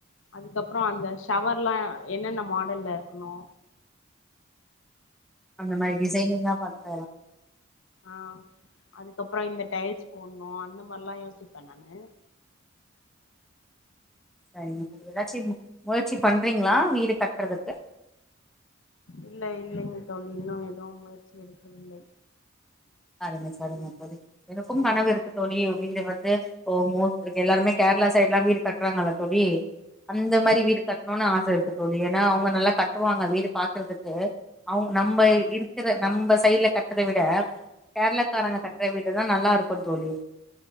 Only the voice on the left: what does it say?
அதுக்கப்றோ அந்த ஷவர்லா என்னென்ன மாடல்ல இருக்கணு
ஆஹ் அதுக்கப்புறம் இந்த டைல்ஸ் போண்ணு அந்த மாதிரல்லா யோசிப்பேன் நானு
இல்ல இல்லைங்க தோழி இன்னு ஏதும் முயற்சி எடுக்கவில்லை
ம்
ம்
ஆ
ம்